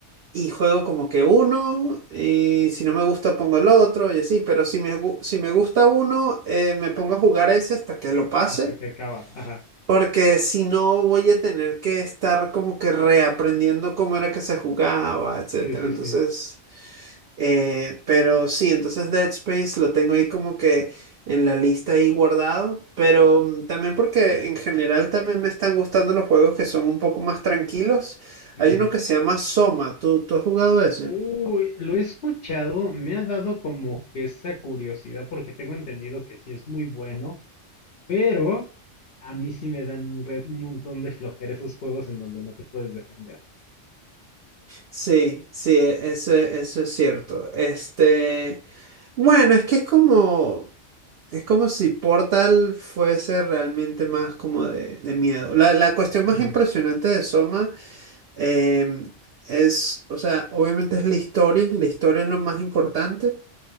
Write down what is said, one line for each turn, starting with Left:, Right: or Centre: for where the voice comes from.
Right: y juego como que uno y si no me gusta pongo el otro y así, pero si me, gu- si me gusta uno, eh, me pongo a jugar ese hasta que lo pase.
Left: Hasta que acaba. Ajá.
Right: Porque si no voy a tener que estar como que reaprendiendo cómo era que se jugaba, etcétera.
Left: Sí, sí,
Right: Entonces, eh, pero sí, entonces Dead Space lo tengo ahí como que en la lista ahí guardado. Pero mm, también porque en general también me están gustando los juegos que son un poco más tranquilos.
Left: sí.
Right: Hay uno que se llama Soma. ¿Tú, tú has jugado ese?
Left: Uy, lo he escuchado, me ha dado como que esa curiosidad porque tengo entendido que sí es muy bueno, pero a mí sí me dan un, re- un montón de flojera esos juegos en donde no te puedes defender.
Right: Sí, sí, e- eso, eso es cierto. Este, bueno, es que es como. Es como si Portal fuese realmente más como de, de miedo. La, la cuestión
Left: Ujú,
Right: más impresionante de Soma eh, es, o sea, obviamente es la historia, la historia es lo más importante,